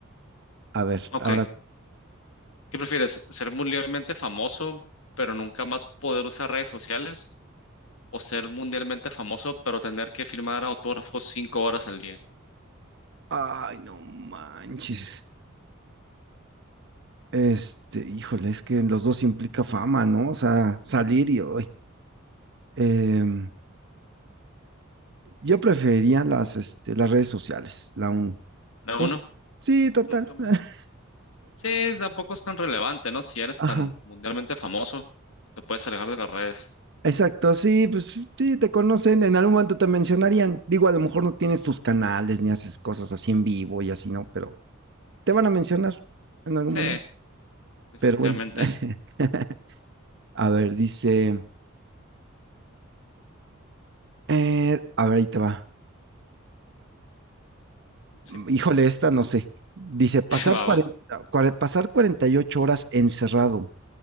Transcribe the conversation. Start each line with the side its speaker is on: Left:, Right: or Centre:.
Right: a ver,
Left: Ok.
Right: ahora.
Left: ¿Qué prefieres? ¿Ser mundialmente famoso, pero nunca más poder usar redes sociales? ¿O ser mundialmente famoso, pero tener que firmar autógrafos cinco horas al día?
Right: Ay, no manches. Este, híjole, es que en los dos implica fama, ¿no? O sea, salir y hoy. Em, yo preferiría las, este, las redes sociales, la un.
Left: ¿La
Right: Pues
Left: uno?
Right: sí, total.
Left: Nunca más.
Right: <laughs>
Left: Sí, tampoco es tan relevante, ¿no? Si eres
Right: Ajá,
Left: tan mundialmente famoso, te puedes alejar de las redes.
Right: exacto, sí, pues sí, te conocen, en algún momento te mencionarían. Digo, a lo mejor no tienes tus canales ni haces cosas así en vivo y así, ¿no? Pero te van a mencionar en algún
Left: Sí,
Right: momento.
Left: definitivamente.
Right: Pero bueno, <laughs> a ver, dice, eh, a ver, ahí te va.
Left: Sí,
Right: Mm, Híjole, esta no sé. Dice,
Left: <laughs>
Right: pasar,
Left: va,
Right: cuarenta-
Left: va.
Right: cuare- pasar 48 horas encerrado